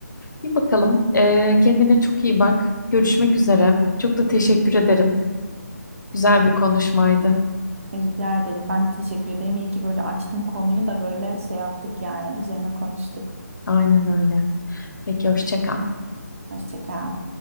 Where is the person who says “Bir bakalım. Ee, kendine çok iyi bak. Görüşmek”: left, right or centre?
Left